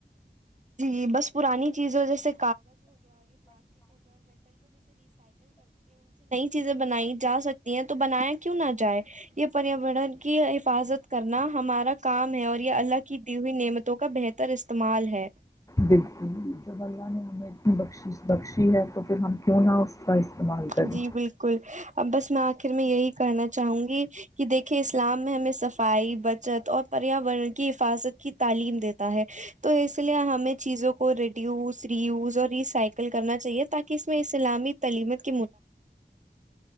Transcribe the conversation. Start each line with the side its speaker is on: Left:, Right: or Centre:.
Right: جی بس پرانی چیزوں جیسے <inaudible> چیزیں بنائی جا سکتی ہیں تو بنایا کیوں نہ جائے یہ پریاورن کی حفاظت کرنا ہمارا کام ہے اور یہ اللہ کی دی ہوئی نعمتوں کا بہتر استعمال ہے
Left: بالکل جب اللہ نے حد بخشیس بخشی ہے تو پھر ہم کیوں نہ اس کا استعمال کریں
Right: جی بالکل اب بس میں آخر میں یہی کرنا چاہوں گی کہ دیکھیے اسلام میں ہمیں صفائی بچت اور پریاورن کی حفاظت کی تعلیم دیتا ہے تو اس لیے ہمیں چیزوں کو ریڈیوز ریوز اور اس سائیکل کرنا چاہیے تاکہ اس میں اسلامی تلیمت کو